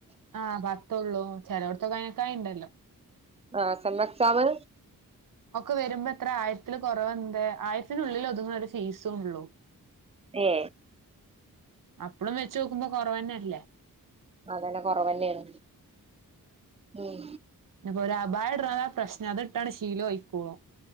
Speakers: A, on the right; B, on the right.
A: ആ പത്തൊള്ളൂ ചിലോട്ത്തൊ ക്കയിനേക്കായി ണ്ടല്ലോ
B: ആ സെമ്മെക്സാമ്
A: ഒക്കെ വരുമ്പോ എത്ര ആയിരത്തില് കൊറവെന്ത് ആയിരത്തിനുള്ളിലൊത്ങ്ങ്ണൊരു ഫീസൊള്ളൂ.
B: ഏ
A: അപ്പളും വെച്ചോക്കുമ്പോ കൊറവെന്നെ ല്ലേ
B: അതന്നെ കൊറവന്നേണ് ഉം
A: ഒരപായ ഇട്ണതാണ് പ്രശ്നം അതിട്ടാണ് ശീലായിക്കോള്ളൂ.